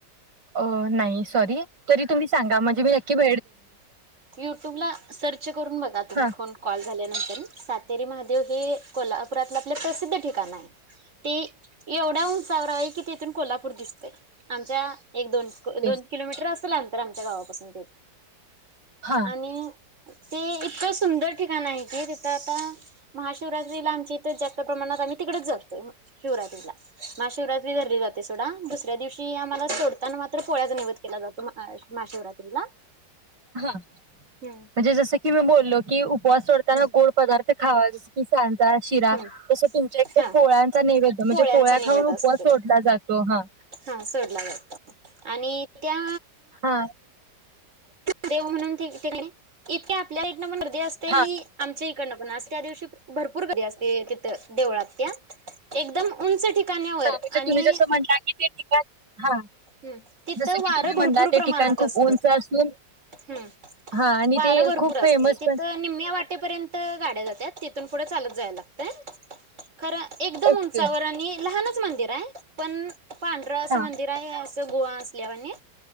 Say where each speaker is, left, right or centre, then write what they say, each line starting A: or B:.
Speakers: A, on the right; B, on the right.
A: अ नाही सॉरी तरी तुम्ही सांगा म्हणजे मी नक्की ब
B: युटूबला सर्च करून बघा तुम्ही
A: हा
B: कॉल झाल्यानंतर सातेरी महादेव हे कोल्हापुरातले आपले प्रसिद्ध ठिकाण आहे. ती एवढ्या उंचावर आहे की तिथून कोल्हापूर दिसतय आमच्या एक दोन
A: तेच
B: दोन किलोमीटर असेल अंतर आमच्या गावापासून ते
A: हा
B: आणि ते इतकं सुंदर ठिकाण आहे. की तिथं आता महाशिवरात्रीला आमच्या इथ जास्त प्रमाणात आही तिकडेच जातोय शिवरात्रीला. महाशिवरात्री धरली जाते सोडा दुसऱ्या दिवशी आम्हाला सोडताना मात्र पोळ्याचा निवद केला जातो. महाशिवरात्रीला
A: हा म्हणजे
B: हम्म
A: जसं की मी बोललो की उपवास ना
B: हम्म
A: गोड पदार्थ खावा जस की सांजा शिरा
B: हम्म
A: तस तुमच्या इकडे
B: हा
A: पोळ्यांचा नैवेद्य म्हणजे
B: पोळ्यांचा
A: पो ळ्या
B: निवेद
A: खाऊन
B: असतोय
A: उपवास सोडला जातो हा.
B: हा सोडला आणि त्या
A: हा
B: देव म्हणून इतके आपल्या इथ पण घरी असते आणि
A: हा
B: आमच्या इकडंन पण असते त्या दिवसी भरपूर गर्दी असते. तिथ देवळात त्या एकदम उंच ठिका ण्यावर
A: म्हणजे
B: आणि
A: तुम्ही जसं म्हटला की ते ठिकाण हा
B: हम् तिथं
A: जसं की
B: वारं
A: तुम्ही म्हणला
B: भरपूर
A: ते
B: प्रमाणात
A: ठिकाण खूप
B: असतं.
A: उंच असून
B: ह्
A: हा आणि
B: वार
A: ते
B: भरपूर
A: खूप फेमस
B: असत तिथ
A: पण
B: निम्म्या वाटेपर्यंत, गाड्या जातात तिथून पुढ चालत जावं लागतय. खरं एकदम
A: ओके
B: उंचावर आणि लहानच मंदिर आहे पण पांढरं असं
A: हा
B: मंदिर आहे. गुहा असल्यावाणी